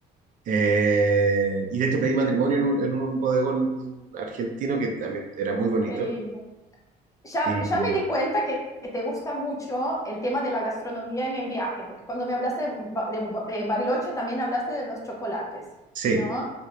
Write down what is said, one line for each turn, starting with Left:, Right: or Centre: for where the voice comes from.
Right: eh, y de hecho pedí matrimonio en un, en un bodegón argentino que también era muy bonito.
Left: qué lindo. Ya,
Right: Y,
Left: ya me di cuenta que te gusta mucho el tema de la gastronomía en el viaje, porque cuando me hablaste de, Ba- de Ba- de Bariloche también hablaste de los chocolates,
Right: sí,
Left: ¿no?